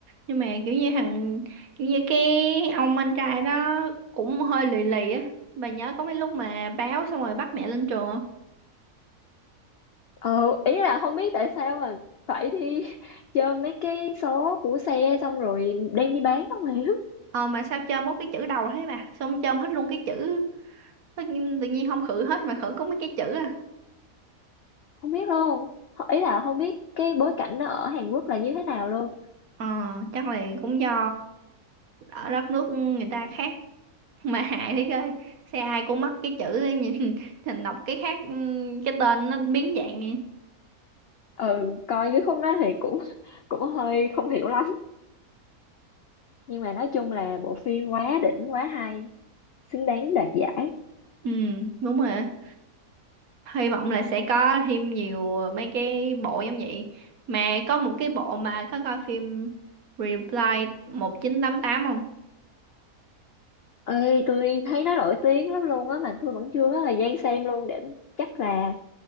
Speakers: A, on the right (about 65°); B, on the left (about 70°).
A: nhưng mà kiểu như thằng kiểu như cái ông anh trai đó cũng hơi lì lì á bà nhớ có mấy lúc mà báo xong rồi bắt mẹ lên trường không
B: Ừ, ý là không biết tại sao mà phải đi <laughs> chơi mấy cái số của xe xong rồi đem đi bán không hiểu.
A: ờ mà sao chôm có cái chữ đầu thế bà xong chôm hết luôn cái chữ tự nhiên, tự nhiên không khử hết mà khử có mấy cái chữ à
B: Không biết luôn. Ý là không biết cái bối cảnh nó ở Hàn Quốc là như thế nào luôn.
A: ờ chắc là cũng do ở đất nước người ta khác <laughs> mà hại thế coi xe ai cũng mắc cái chữ ấy, nhìn <laughs> thành đọc cái khác ừ, cái tên nó biến dạng vậy
B: Ừ, coi cái không đó thì cũng <laughs> cũng hơi không hiểu lắm. Nhưng mà nói chung là bộ phim quá đỉnh, quá hay. xứng đáng đoạt giải
A: Ừ, đúng rồi. á. Hy vọng là sẽ có thêm nhiều ờ, mấy cái bộ giống vậy. Mà có một cái bộ mà có coi phim Reply 1988 không?
B: ơi tôi thấy nó nổi tiếng lắm luôn á mà tôi vẫn chưa có thời gian xem luôn để chắc là